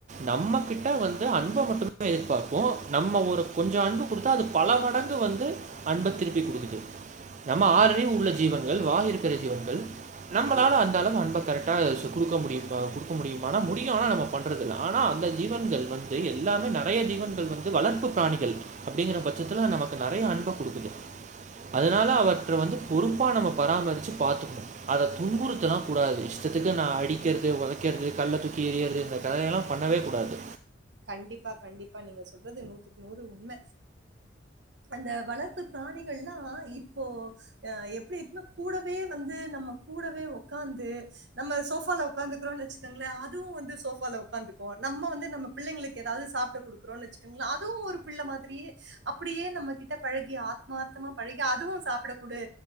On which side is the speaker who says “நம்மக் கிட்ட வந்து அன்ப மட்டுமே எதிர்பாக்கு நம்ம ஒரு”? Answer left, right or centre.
Right